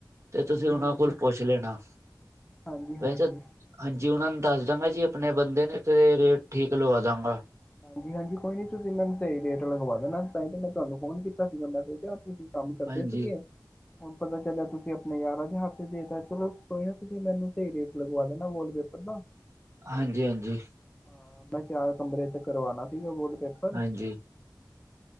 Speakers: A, on the right; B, on the left.
A: ਤੇ ਤੁਸੀਂ
B: ਹਾਂਜੀ
A: ਉਹਨਾਂ
B: ਹਾਂਜੀ
A: ਕੋਲ ਪੁੱਛ ਲੈਣਾ
B: ਹਾਂਜੀ ਹਾਂਜੀ
A: ਵੈੇ ਹਾਂਜੀ ਉਹਨਾਂ ਨੂੰ ਦੱਸ ਦਾਂਗਾ ਜੀ ਆਪਣੇ ਬੰਦੇ ਨੇ। ਤੇ ਰੇਟ ਠੀਕ ਲਵਾ ਦਾਂਗਾ।
B: ਹਾਂਜੀ ਹਾਂਜੀ ਕੋਈ ਨੀ ਤੁਸੀਂ ਮੈਨੂੰ ਸਹੀ ਰੇਟ ਲਗਵਾ ਦੇਣਾ ਤਾਂ ਈ ਤੇ ਮੈਂ ਤੁਹਾਨੂੰ ਫੋਨ ਕੀਤਾ ਸੀਗਾ ਮੈ ਸੋਚੇਆ ਤੁਸੀਂ ਕੰਮ ਕਰਦੇ
A: ਹਾਂਜੀ
B: ਸੀਗੇ ਹੁਣ ਪਤਾ ਚੱਲਿਆ ਤੁਸੀਂ ਆਪਣੇ ਯਾਰਾਂ ਦੇ ਹੱਥ ਦੇ ਤਾ ਚਲੋ ਕੋਈ ਨਾ ਤੁਸੀਂ ਮੈਨੂੰ ਸਹੀ ਰੇਟ ਲਗਵਾ ਦੇਣਾ ਵਾਲਪੇਪਰ ਦਾ <unintelligible>
A: ਹਾਂਜੀ, ਹਾਂਜੀ।
B: ਹਾਂ, ਮੈਂ ਚਾਰ ਕਮਰੇ ਤੇ ਕਰਵਾਣਾ ਸੀਗਾ ਵੋਲ ਪੇਪਰ।
A: ਹਾਂਜੀ